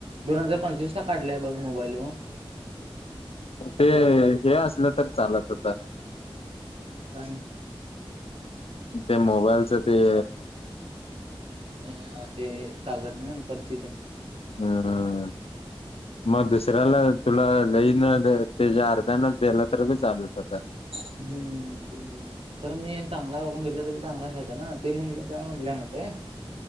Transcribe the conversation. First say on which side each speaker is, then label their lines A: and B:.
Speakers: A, on the right; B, on the left.
A: दोन हजार पंचवीस ला काढलाय बघ मोबाईल‌ ह्यो
B: ते हे असलं तर चालत होत
A: काय
B: ते मोबाइलचे ते
A: ह ते कागद नाही परचित
B: हम् हम मग दुसऱ्याला तुला लईन त्याच्या अर्ध्यान दिलं तर ब चालत होता
A: हम्म ते आहे तर मी चांगला करून घेतलं तरी चांगला राहीतन ना ते म्हणलं काय म्हटलं ना ते